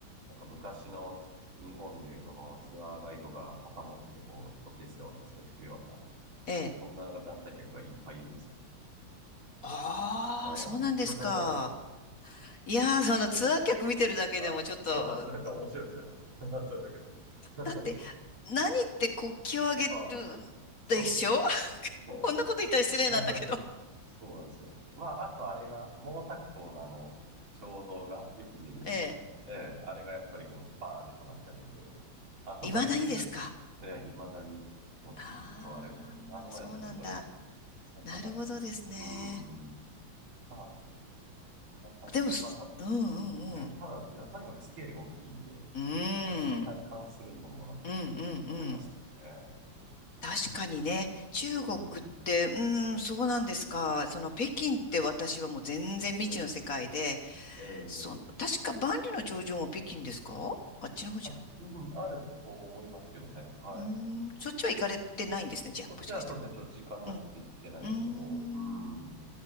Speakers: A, on the right; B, on the left.
A: なんか昔の日本でそのツアーガイドが旗持ってこう、こっちですよって連れてくよ
B: ええ。
A: そんな団体客がいっぱいいるんですよ。
B: ああ、
A: ああ。
B: そうなんですか。いやー、そのツアー客見てるだけでもちょっと
A: <laughs> はい。そうなんです。なんか面白いですよ。<laughs> それだけど。<laughs>
B: だって、何って国旗をあげる
A: はい。そうそうですよ。
B: でしょ <laughs>
A: も
B: こんなこと言ったら失礼なんだけど。
A: う <laughs> そうなんですよ。まあ、あとあれが、毛沢東のあの、肖像がよく見る。
B: <laughs> え
A: ええ、あれがやっぱりこう、バーンって飾ってあるんで、あの前でみんなし、
B: え。いまだにですか。
A: ええ、未だに、もうずっとあれが、
B: ああー、
A: あの前で写真撮るとさ、
B: そうなんだ。
A: そんな感じですね。
B: なるほどですね。
A: うーん。まあそんな感じで、
B: でも、すうんうんうん。
A: まあ、た、そうですね。ただ、いやとにかくスケールが大きいんで、
B: うー
A: あれを体感するのもなんかいいなと思いましたけどね。
B: ん。うんうんうん。確かにね、中国って、
A: うん。
B: うーん、そうなんですか。その北京って私はもう全然未知の世界で、
A: うん。ええ
B: その、確か万里の長城も北京ですかあっちの方じゃん。
A: あ、うんうん、あると思いますけどね。はい。
B: うーん、そっちは行かれてないんですね。
A: そうそう。
B: じゃあ、
A: そっちはそうですね。
B: もしかして。
A: ちょっと時間なくて行ってないですけど、
B: うん。うーん。
A: うん。